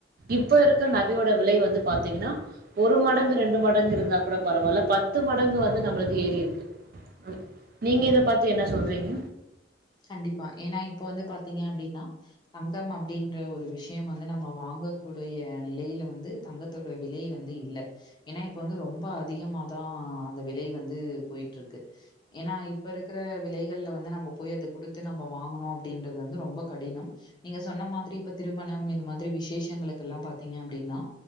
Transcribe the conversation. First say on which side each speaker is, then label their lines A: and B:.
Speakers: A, on the right (about 55°); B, on the left (about 25°).
A: இப்ப இருக்க நகையோட விலை வந்து பாத்தீங்கன்னா ஒரு மடங்கு ரெண்டு மடங்கு இருந்தா கூடப் பரவால்ல பத்து மடங்கு வந்து நம்மளுக்கு ஏறி இருக்கு ஆமி நீங்க இத பாத்து என்ன சொல்றிங்க
B: கண்டிப்பா ஏனா இப்ப வந்து பாத்தீங்க அப்டீனா தங்கம் அப்டின்ற ஒரு விஷயம் வந்து நம்ம வ வாங்கக்கூடுய நிலையில வந்து தங்கத்தோட விலை வந்து இல்ல ஏனா இப்ப வந்து ரொம்ப அதிகமா அதா அந்த விலை வந்து பொயிட்ருக்கு ஏனா இப்ப இருக்குற விலைகள்ல வந்து நம்மப் போய் அத குடுத்து நம்ம வாங்கணூ அப்டின்றது வந்து ரொம்ப கடினம் நீங்க சொன்ன மாதிரி இப்ப திருமணம் இது மாதிரி வி சேஷங்களுக்குல்லா பாத்திங்க அப்டின்னா